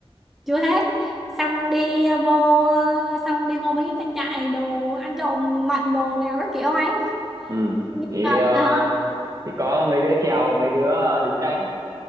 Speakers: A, in the centre; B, on the right.
A: chưa hết xong đi ờ, vô ờ, xong đi vô mấy cái trang trại đồ ăn trộm mận đồ này nó kiểu ấy
B: ừ
A: nhưng
B: thì
A: mà
B: ờ,
A: à,
B: thì có mấy đứa chèo mấy đứa đứng canh